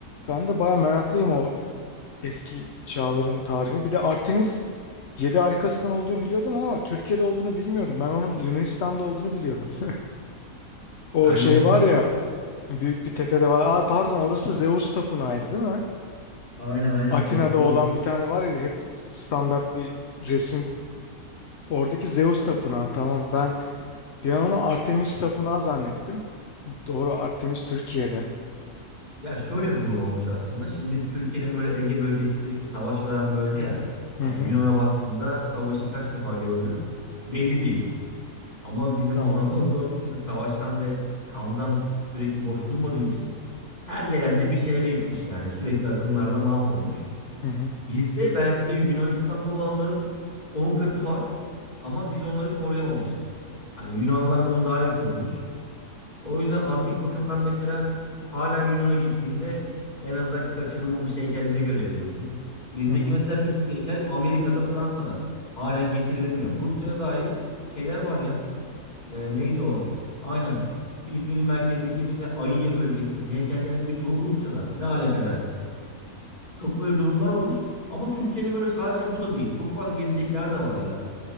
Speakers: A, on the left; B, on the left.
A: Ben de baya meraklıyım o eski çağların tarihine. Bir de Artemis 7 harikasından olduğunu biliyordum ama Türkiye'de olduğunu bilmiyordum. Ben onun Yunanistan'da olduğunu biliyordum. <laughs> O
B: Ha
A: şey
B: yok yok.
A: var ya büyük bir tepede var. Aa, pardon orası Zeus Tapınağı'ydı değil mi?
B: Aynen aynen
A: Atina'da
B: orası
A: olan
B: iyi olsun.
A: bir tane var ya hep standart bir resim Oradaki Zeus tapınağı tamam. Ben bir an onu Artemis tapınağı zannettim. Doğru Artemis Türkiye'de.
B: Ya şöyle bir durum olmuş aslında. Şimdi Türkiye'nin böyle Ege bölgesi sürekli savaş gören bölge ya.
A: Hı
B: Hani
A: hı.
B: Yunan'a baktığında savaşı kaç defa gördü belli değil. Ama bizim
A: Tabii.
B: bu Anadolu coğrafyası savaştan ve kandan sürekli boş durmadığı için her gelende bir şeyleri yıkmış yani. Sürekli akınlarla mahvolmuş.
A: Hı hı.
B: Bizde belki de Yunanistan'da olanların 10 katı var ama biz onları koruyamamışız. Hani Yunanlar bunu daha iyi korumuş. O yüzden antik bakımdan mesela halen Yunan'a gittiğinde en azından kaçırılmamış heykelleri görebiliyorsun. Bizdeki
A: Hı hı.
B: mesela birçok heykel Amerika'da, Fransa'da halen getirilemiyor. Rusya'da dahi şeyler var ya. E, neydi o? Aynen. İzmir'in merkezdeki mesela Ayınya bölgesindeki heykellerin birçoğu Rusya'da. Ne alaka dersin? Çok böyle durumlar olmuş. Ama Türkiye'de böyle sadece bu da değil. Çok fazla gezecek yer de var ya.